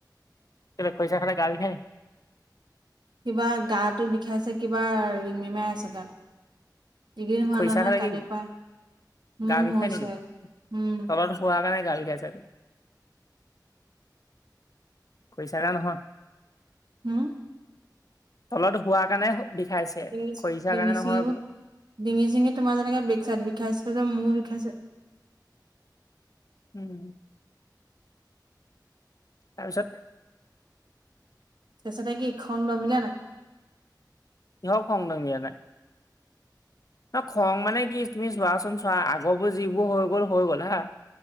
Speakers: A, on the left; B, on the right.
A: কেলে খৈচা খালে গা বিষাই নি
B: কিবা গাটো বিষাইছে কিবা ৰিমৰিমাই আছে গাটো এইকেইদিন হোৱা
A: খৰিচা
B: নাই নহয়
A: খালে
B: কালিৰ
A: কি
B: পৰা
A: গা
B: মো
A: বিষাই
B: হৈছে
A: নেকি বা
B: আৰু উম
A: তলত হোৱাৰ কাৰণে গা বিষাইছে। খৰিচা খাই নহয়
B: হোম
A: তলত শুৱা কাৰণে বিষাইছে
B: ডিঙি
A: খৰিচা
B: ডিঙি
A: কাৰণে নহয়
B: চিঙিবোৰ
A: বোলো
B: ডিঙি চিঙি তোমাৰ যেনেকে বেগ চাইড বিষাইছে যে মোৰ বিষাইছে
A: উম তাৰপিছত
B: তাপিছতে কি খং ডমিলে নাই
A: কিহ খং ডমিলে নাই নহয় খং মানে কি তুমি চোৱাচোন চোৱা আগবোৰ যিবোৰ হৈ গ'ল হৈ গ'ল হা